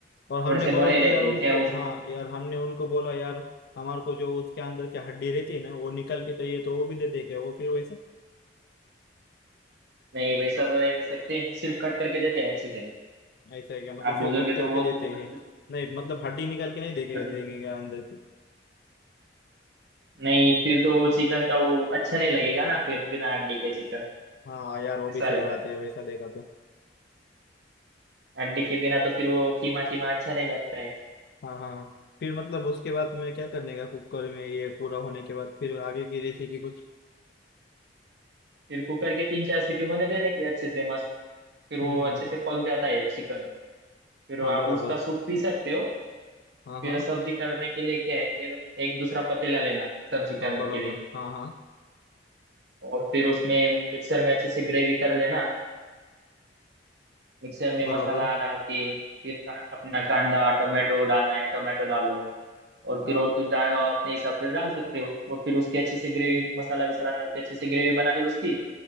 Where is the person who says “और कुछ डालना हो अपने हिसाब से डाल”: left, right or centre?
Right